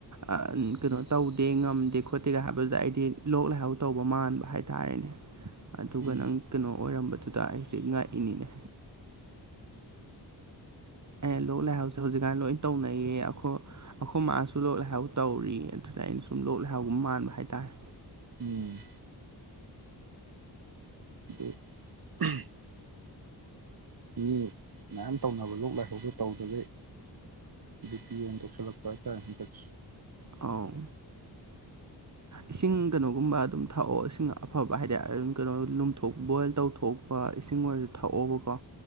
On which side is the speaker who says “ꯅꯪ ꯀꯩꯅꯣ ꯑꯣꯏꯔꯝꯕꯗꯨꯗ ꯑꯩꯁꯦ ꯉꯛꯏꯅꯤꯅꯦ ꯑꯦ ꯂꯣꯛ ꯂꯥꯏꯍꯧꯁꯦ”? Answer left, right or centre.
Right